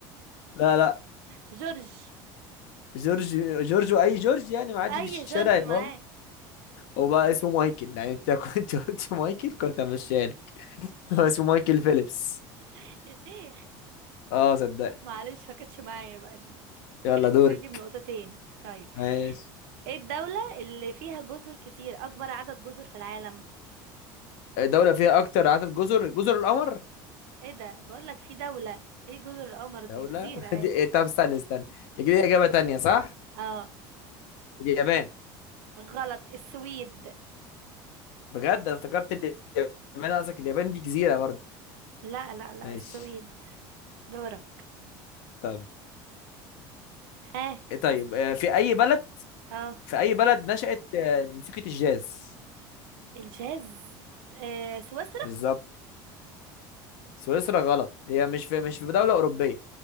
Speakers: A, on the left; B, on the right.
A: لا لا
B: جورج
A: جورج جورج أي جورج يعني معدي
B: اي
A: في الشارع
B: جورج
A: يبقى
B: معاك
A: هو هو بقى اسمه مايكل يعني أنت كنت <laughs> قلت مايكل كنت مشاني هو اسمه مايكل فيليبس
B: <laughs> يا شيخ
A: أه صدق
B: معلش ما كانتش معايا بقى دي دي
A: يلا
B: كده كسبتي
A: دوري
B: من نقطتين طيب
A: ماشي
B: ايه الدولة اللي فيها جزر كتير اكبر عدد جزر في العالم
A: دولة فيها أكتر عدد جزر جزر القمر
B: ايه ده بقول لك في دولة ايه جزر القمر دي
A: دولة
B: جزيرة
A: <laughs>
B: عادي
A: دي طب استنى استنى يجي لي إجابة تانية صح؟
B: اه
A: اليابان
B: غلط السويد
A: بجد أنا افتكرت اليابان قصدك اليابان دي جزيرة برضه
B: لا لا لا
A: ماشي
B: السويد دورك
A: طب
B: ها
A: طيب
B: أس...
A: آه، في اي بلد
B: اه
A: في اي بلد نشأت آه، موسيقى الجاز
B: الجاز آه سويسرا
A: بالظبط سويسرا غلط هي مش في مش في دولة أوروبية